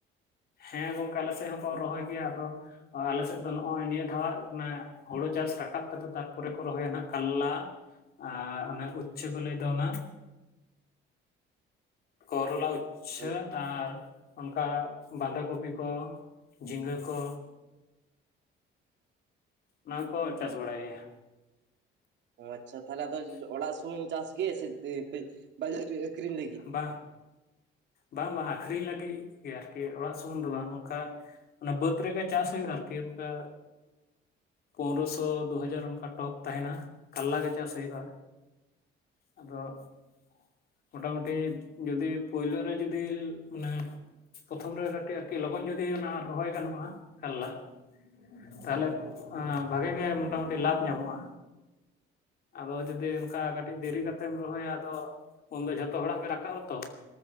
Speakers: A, on the left; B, on the right.
A: ᱦᱮᱸ ᱜᱚᱝᱠᱮ ᱟᱞᱮ ᱥᱮᱫ ᱦᱚᱸᱠᱚ ᱨᱚᱦᱚᱭ ᱜᱮᱭᱟ ᱟᱫᱚ ᱟᱞᱮ ᱥᱮᱫ ᱫᱚ ᱱᱚᱜᱼᱚᱭ ᱱᱤᱭᱟᱹ ᱫᱷᱟᱣ ᱦᱩᱲᱩ ᱪᱟᱥ ᱨᱟᱠᱟᱵ ᱠᱟᱛᱮ ᱛᱟᱨᱯᱚᱨᱮ ᱠᱚ ᱨᱚᱦᱚᱭᱟ ᱦᱟᱸᱜ ᱠᱟᱞᱞᱟ ᱾ ᱟᱨ ᱚᱱᱟ ᱩᱪᱪᱷᱟᱹ ᱠᱚ ᱞᱟᱹᱭ ᱫᱚ ᱚᱱᱟ᱾ ᱠᱚᱨᱚᱞᱟ ᱩᱪᱪᱷᱟᱹ
B: ᱚ
A: ᱟᱨ ᱚᱱᱠᱟ ᱵᱟᱸᱫᱟᱷᱟ ᱠᱚᱯᱤ ᱠᱚ ᱡᱷᱤᱸᱜᱟᱹ ᱠᱚ ᱚᱱᱟ ᱠᱚ ᱪᱟᱥ ᱵᱟᱲᱟᱭ ᱜᱮᱭᱟ
B: ᱟᱪᱪᱷᱟ ᱛᱟᱦᱚᱞᱮ ᱟᱫᱚ ᱚᱲᱟᱜ ᱥᱩᱢᱩᱢ ᱪᱟᱥ ᱜᱮ ᱥᱮ ᱵᱟᱡᱟᱨ ᱟᱹᱠᱷᱨᱤᱧ ᱞᱟᱹᱜᱤᱫ
A: ᱵᱟᱝ ᱵᱟᱝ ᱵᱟᱝ ᱟᱹᱠᱷᱨᱤᱧ ᱞᱟᱹᱜᱤᱫ ᱜᱮ ᱟᱨᱠᱤ ᱚᱲᱟᱜ ᱥᱩᱢᱩᱝ ᱫᱚ ᱵᱟᱝ ᱚᱱᱠᱟ ᱚᱱᱟ ᱵᱟᱹᱫᱽ ᱨᱮᱜᱮ ᱪᱟᱥ ᱦᱩᱭᱩᱜᱼᱟ ᱟᱨᱠᱤ ᱚᱱᱠᱟ ᱯᱚᱱᱨᱚᱥᱚ ᱫᱩ ᱦᱟᱡᱟᱨ ᱚᱱᱠᱟ ᱴᱚᱯ ᱛᱟᱦᱮᱸᱱᱟ ᱠᱟᱞᱞᱟ ᱜᱮ ᱪᱟᱥ ᱦᱩᱭᱩᱜᱼᱟ ᱟᱫᱚ ᱢᱚᱴᱟᱢᱩᱴᱤ ᱡᱩᱫᱤ ᱯᱳᱭᱞᱳ ᱨᱮ ᱡᱩᱫᱤ ᱢᱟᱱᱮᱼᱼ ᱯᱨᱚᱛᱷᱚᱢ ᱨᱮ ᱠᱟᱹᱴᱤᱡ ᱟᱨᱠᱤ ᱞᱚᱜᱚᱱ ᱡᱩᱫᱤ ᱚᱱᱟ ᱨᱚᱦᱚᱭ ᱜᱟᱱᱚᱜᱼᱟ ᱠᱟᱞᱞᱟ ᱛᱟᱦᱞᱮ
B: ᱚ
A: ᱵᱷᱟᱜᱤ ᱜᱮ ᱢᱚᱴᱟᱢᱩᱴᱤ ᱞᱟᱵᱷ ᱧᱟᱢᱚᱜᱼᱟ ᱟᱫᱚ ᱡᱩᱫᱤ ᱚᱱᱠᱟ ᱠᱟᱹᱴᱤᱡ ᱫᱮᱨᱤ ᱠᱟᱛᱮᱢ ᱨᱚᱦᱚᱭᱟ ᱟᱫᱚ ᱩᱱᱫᱚ ᱡᱷᱚᱛᱚ ᱦᱚᱲᱟᱜ ᱜᱮ ᱨᱟᱠᱟᱵ ᱟᱛᱚ